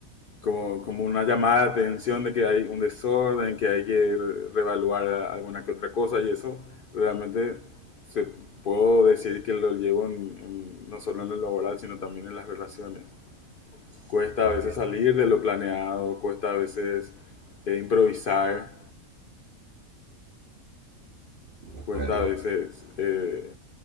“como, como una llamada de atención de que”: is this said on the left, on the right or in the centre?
Left